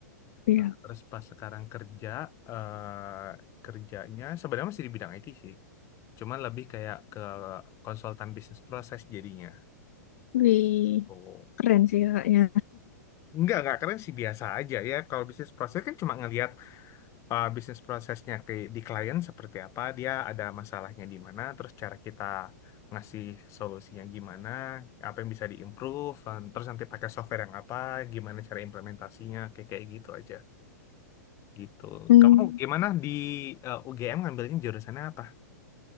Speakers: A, on the left; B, on the left.
A: iya.
B: Nah, terus pas sekarang kerja eh, kerjanya sebenarnya masih di bidang IT sih. Cuman lebih kayak ke konsultan bisnis proses jadinya.
A: Wih.
B: Oh.
A: Keren sih kakaknya.
B: Enggak, enggak keren sih biasa aja ya. Kalau bisnis proses kan cuma ngelihat uh, bisnis prosesnya ke, di klien seperti apa, dia ada masalahnya di mana, terus cara kita ngasih solusinya gimana, apa yang bisa diimprove, um, terus nanti pakai software yang apa, gimana cara implementasinya, kayak kayak gitu aja. Gitu.
A: Hmm.
B: Kamu gimana di uh, UGM ngambilnya jurusannya apa?